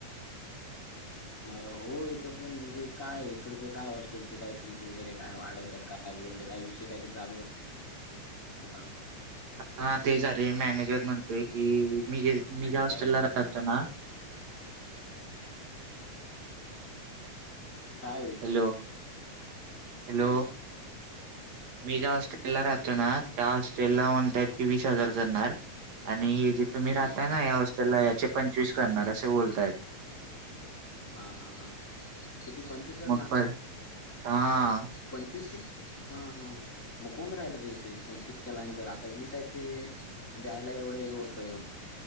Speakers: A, on the left; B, on the right.
A: होय तो पण म्हणजे काय इकडचं काय हॉस्टेलची काय फीज वगैरे काय वाढवतात काय काय बोलले, काय विषय काहीतरी चालू होता.
B: हा तेच अरे मॅनेजर म्हणतोय की, मी
A: मॅनेजर
B: मी ज्या हॉस्टेलला
A: काय बोलत
B: राहतो
A: होता
B: ना
A: काय?
B: Hello hello.
A: विषय
B: मी ज्या हॉस्टेल ला राहतो ना त्या होस्टेलला म्हणत्यात की वीस हजार करणार. आणि जे तुम्ही
A: हा
B: राहताय ना या हॉस्टेलला, याचे पंचवीस करणार असे बोलतायत.
A: हा हा हा. किती पंचवीस करणार?
B: मग प हा.
A: पंचवीस की हा हा, मग कोण राहिल रे इथे पंचवीस केल्यानंतर? आता वीस आहेत ते द्यायला एवढं हे होतं,